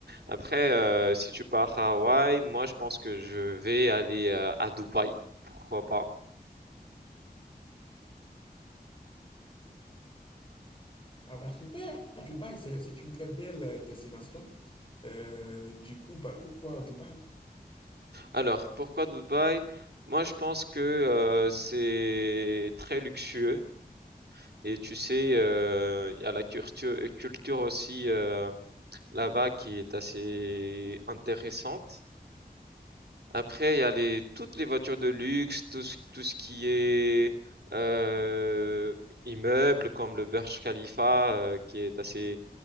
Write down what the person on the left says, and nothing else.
ah bah super, Dubaï, c'est, c'est une très belle euh, destination. Euh, du coup, bah, pourquoi Dubaï?